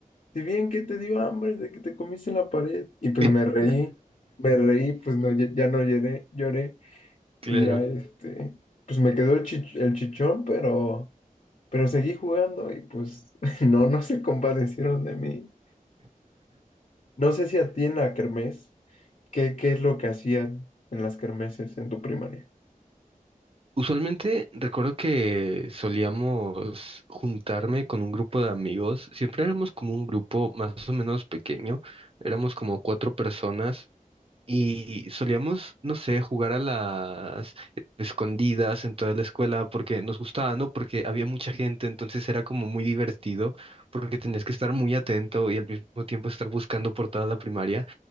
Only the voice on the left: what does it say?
Si bien que te dio hambre de que te comiste en la pared. Y pues
me reí, me reí, pues no, lle- ya no lloré, lloré.
Y ya este, pues me quedó el chich- el chichón, pero, pero seguí jugando y pues <laughs> no, no se compadecieron de mí. No sé si a ti en la kermés, ¿qué, qué es lo que hacían en las kermeses en tu primaria?